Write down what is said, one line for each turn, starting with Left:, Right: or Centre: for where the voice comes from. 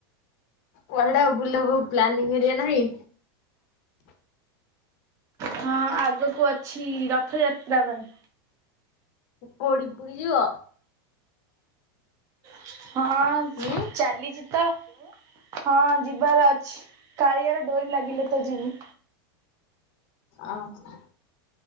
Left: କୁଆଡେ ଆଉ ବୁଲିବୁ ପ୍ଲାନିଂ ହେରିଆ ନାହିଁ?
Right: ହଁ ଆଗକୁ ଅଛି ରଥଯାତ୍ରା ପାଇଁ।
Left: କୋଡ଼ି ପୁରୀ ଯିବ?
Right: ହଁ ଚାଲିଚି
Left: ହୁଁ
Right: ତ। ହଁ ଯିବାର ଅଛି କାଳିଆରେ ଡୋରି ଲାଗିଲେ ତ ଯିବୁ।
Left: ଓହୋ